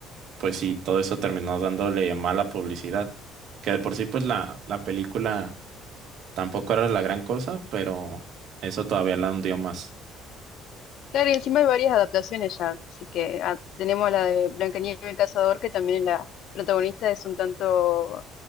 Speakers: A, on the right; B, on the left.
A: pues sí, todo eso terminó dándole mala publicidad. Que de por sí, pues la, la película tampoco era la gran cosa, pero eso todavía la hundió más.
B: Claro, y encima hay varias adaptaciones ya, así que ah, tenemos la de Blancanieves el cazador, que también la protagonista es un tanto,